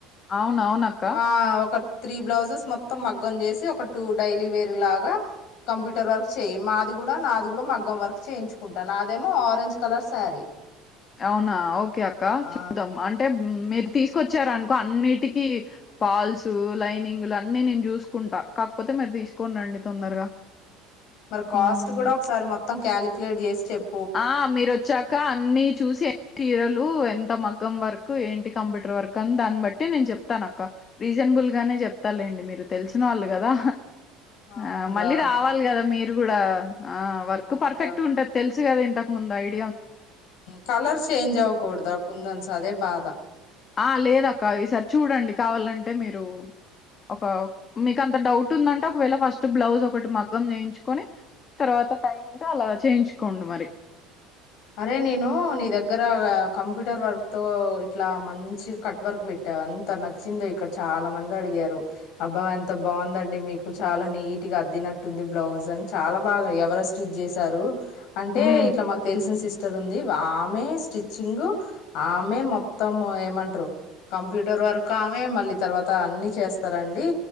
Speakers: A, on the left (about 35°); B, on the left (about 65°).
A: అవును అవున అక్క
B: ఆ ఒక త్రీ బ్లౌజెస్ మొత్తం మగ్గం చేసి ఒక టూ డైలీ వేర్ లాగా కంప్యూటర్ వర్క్ చేయి మాది కూడా నాది కూడా మగ్గం వర్క్ చేయించుకుంటాను నదేమో ఆరెంజ్ కలర్ శారీ
A: అవునా ఓకే అక్క
B: ఆ
A: చెప్పుదాం అంటే మీరు తీసుకొచ్చార అనుకో అన్నిటికిీ పాల్స్ లైనింగులు అన్నిీ నేను చూసుకుంటా కాకపోతే మీరు తీసుకోని రండి తొందరగా
B: మరి కాస్ట్
A: హ్మ్.
B: కూడా ఒకసారి మొ కాలిక్యలేట్ చేసి చెప్ప
A: ఆ మీరు వచ్చాక అన్ని చూసి చీరలు ఎంత మగ్గం వర్క్ ఏంటి కంప్యూటర్ వర్క్ అని దాన్ని బట్టి నేను చెప్తాను అక్క రీజనబుల్ గానే చెప్తా లేండి మీరు తెలిసిన వాళ్ళు కదా
B: అవునరా
A: ఆ మళ్ళీ రావాలి కదా మీరు కూడా ఆ వర్క్
B: అవునరా
A: పర్ఫెక్ట్ ఉంటది తెలుసు ఇంతకు ముందాయితే
B: కలర్ చేేంజ్ ఆవకూడదు కుందన్స్ అదే బాధ
A: ఆ లేదు అక్క ఈసారి చూడండి కావాలంటే మీరు ఒక మీకు అంత డౌట్ డౌట్ ఉంటుందంటే ఒకవేళ ఫస్ట్ బ్లౌజ్ ఒకటి మగ్గం చేయించుకొని తర్వాత టైమ్ ఉంటే అలా చేయించుకోండి మరి
B: అరే నేను నీ దగ్గర కంప్యూటర్ వర్క్ తో ఇట్లా మంచి కట్వర్క్పెట్టావు ఎంత నచ్చిందో ఇక్కడ చాలా మంది అడిగారు అబ్బా ఎంత బాగుందండి మీకు చాలా నీట్ గా అద్దినట్టుంది బ్లౌజ్ అని చాలా బాగా చేశారు ఎవరు స్టిచ్ చేశారు అంటే
A: ఉమ్
B: ఇట్లా మకు తెలిసిన సిస్టర్ ఉంది ఆమె స్టిచ్చింగ్ ఆమె మొత్తం ఏమంటారు కంప్యూటర్ వరకు ఆమె మళ్ళీ తర్వాత అన్ని చేస్తారంండి